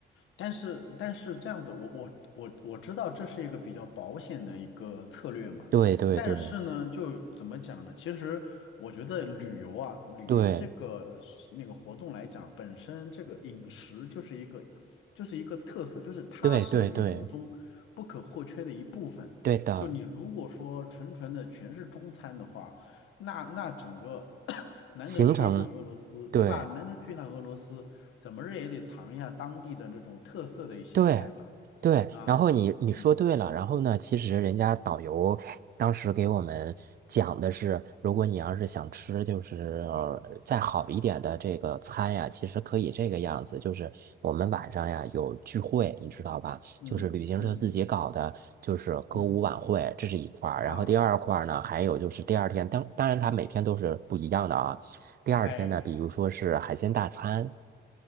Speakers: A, on the left; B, on the right.
A: 但是但是这样子，我我我我知道这是一个比较保险的一个策略嘛，
B: 对对对
A: 但是呢，就怎么讲呢？其实我觉得旅游啊，旅游这个是那个活动来讲，
B: 对
A: 本身这个饮食就是一个就是一个特色，就是它是旅游中不可或缺的一部分。
B: 对对对对的
A: 就你如果说纯纯的全是中餐的话，那那整个 <coughs> <clears throat> 难得去一趟俄罗斯，
B: 行程，对。
A: 对吧？难得去一趟俄罗斯。怎么着也得尝一下当地的这种特色的一些菜吧。
B: 对，对，
A: 啊，
B: 然后你你说对了，
A: 嗯
B: 然后呢，其实人家导游当时给我们讲的是，如果你要是想吃就是呃再好一点的这个餐呀，其实可以这个样子，就是我们晚上呀有聚会，你知道吧？
A: 嗯嗯
B: 就是旅行社自己搞的，就是歌舞晚会，
A: 嗯
B: 这是一块儿，
A: 啊，
B: 然后第二块儿呢，还有就是第二天，当当然它每天都是不一样的啊，第二天呢，
A: 哎，
B: 比如说是海鲜大餐。